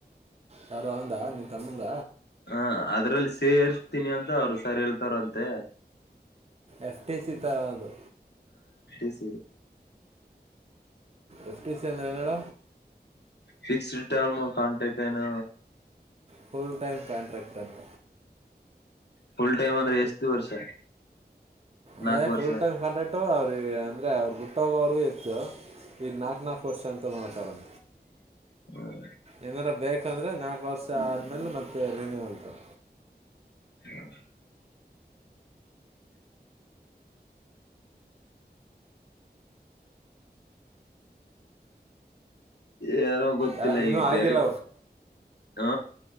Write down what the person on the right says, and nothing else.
ಯಾರು ಅಂದ ನಿನ್ ತಮ್ಮಂದ.
ಎಫ್್ಟಿ ಸ ತರದು.
ಎಫ್ಟ ಸಿ ಅಂದ್ರನಡ.
Full time contract. ವರ್ತಂತ.
ನಫುಲ್ಟ್ಟು.
ಅವ ಅಂದ್ರೆ ಅವ್ರ ಗುಟ್ಟೋಗೋವರ್ಗೂ ಇತ್ತು. ಇ ನಾಕ ನಲ್ಕು ವಷ ಅಂತ ಮಾಡ. ಹ.
ಏನಾರ ಬೇಕಂದ್ರೆ ನಾಲ್ಕು ವರ್ಷ ಆದ್ಮೇಲೆ ಮತ್ತೆ ರಿನ್ಯೂ ಅಂಟಾವ.
ಯಾ ಇನ್ನೂ
ಆಗಿಲ್ಲ